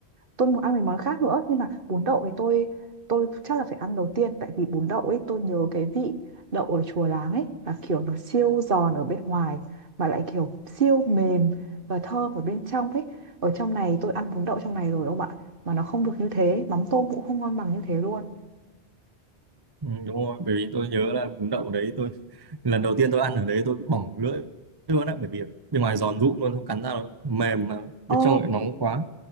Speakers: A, on the right; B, on the right.
A: tôi muốn ăn mấy món khác nữa nhưng mà bún đậu thì tôi tôi chắc là phải ăn đầu tiên tại vì bún đậu ấy tôi nhớ cái vị đậu ở Chùa Láng ấy là kiểu nó siêu giòn ở bên ngoài mà lại kiểu siêu mềm và thơm ở bên trong ấy ở trong này tôi ăn bún đậu trong này rồi ông ạ mà nó không được như thế mắm tôm cũng không ngon bằng như thế luôn
B: Ừ, đúng rồi, bởi vì tôi nhớ là bún đậu ở đấy tôi lần đầu tiên tôi ăn ở đấy tôi bỏng lưỡi luôn á bởi vì bên ngoài giòn rụm luôn không cắn ra nó mềm mà bên
A: Ồ,
B: trong lại nóng quá